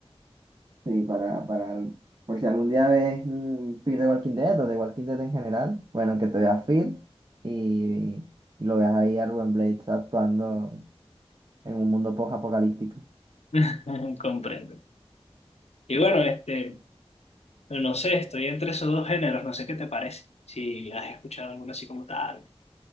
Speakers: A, on the right; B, on the left.
A: Sí, para, para, por si algún día ves un feed de Walking Dead o de Walking Dead en general, bueno, que te veas feed y, y lo veas ahí a Ruben Blades actuando en un mundo post-apocalíptico.
B: <laughs> Comprendo. Y bueno, este, no sé, estoy entre esos dos géneros, no sé qué te parece. Si has escuchado alguno así como tal.